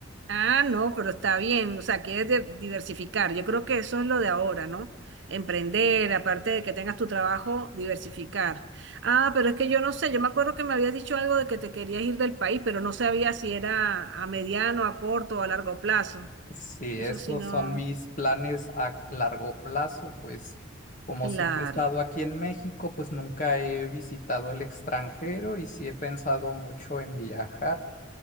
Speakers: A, on the right; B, on the left.
A: Ah, no, pero está bien, o sea, quieres de- diversificar. Yo creo que eso es lo de ahora, ¿no? Emprender, aparte de que tengas tu trabajo, diversificar. Ah, pero es que yo no sé, yo me acuerdo que me habías dicho algo de que te querías ir del país, pero no sabía si era a mediano, a corto o a largo plazo.
B: Sí,
A: Eso
B: esos
A: sí, no.
B: son mis planes a largo plazo, pues como
A: Claro,
B: siempre he estado aquí en México, pues nunca he visitado el extranjero y sí he pensado mucho en viajar.